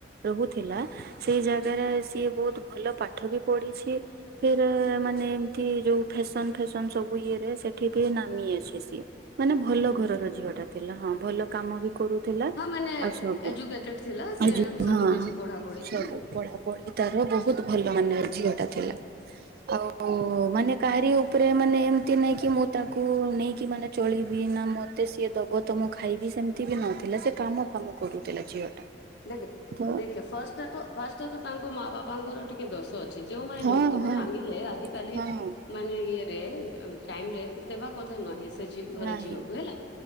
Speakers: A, on the right; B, on the left.
A: ରହୁଥିଲା ସେଇ ଜାଗାରେ ସିଏ ବହୁତ ଭଲ ପାଠ ବି ପଢିଛି ଫିର ଏମାନେ ଏମିତି ଯୋଉ ଫେସନ ଫେସ ସବୁ ଇଏ ରେ ସେଠି ବି ନାମି ଅଛି ସିଏ ମାନେ ଭଲ ଘରର
B: ହୁଁ।
A: ଝିଅ ଟା ଥି ହେଲା ହଁ, ଭଲ କାମ ବି। କରୁଥିଲା
B: ହଁ ମାନେ
A: ଆଉ ସବୁ,
B: ଏଜୁକେଟେଡ ଥିଲା
A: ଆଉ
B: ସେ
A: ଯୋଉ
B: ସବୁ
A: ହଁ
B: କିଛି
A: ହଁ,
B: ପଢା ପଢିକି
A: ସବୁ ପଢା ପଢି ତାର ବୋହୁତ ଭଲ। ମାନେ ଝିଅଟା ଥିଲା, ଆଉ ଉ, ମାନେ କାହାରି ଉ ତାପରେ ମାନେ, ଏମିତି ନେଇଁକି ମୁଁ ତାକୁ ନେଇକି ମାନେ ଚଳିବି, ନା ମତେ ସିଏ ଦବ ତ ମୁଁ ଖାଇବି, ସେମିତି ବି ନଥିଲା, ସେ କାମ ଫାମ କରୁଥିଲା ଝିଅ ଟା।
B: ଦେଖେ
A: ତ
B: ଦେଖେ, ଫାଷ୍ଟ ଟା ତ ଫାଷ୍ଟା ଟା ତ, ତାଙ୍କ ମାଆ ବାପାଙ୍କର ଟିକ କେ ଦଶ ଅଛି ଯେଉଁମାନେ
A: ହଁ
B: ଯୌତୁକ
A: ହଁ
B: ମାଙ୍ଗିଲେ, ଆଜି କାଲି
A: ହଁ
B: ମାନେ ଇଏରେ ଆ ଟାଇମ ରେ ତ ଦେବା କଥା ନାହିଁ। ସେ ଘରେ
A: ନାହିଁ
B: ଝିକୁ ହେଲା,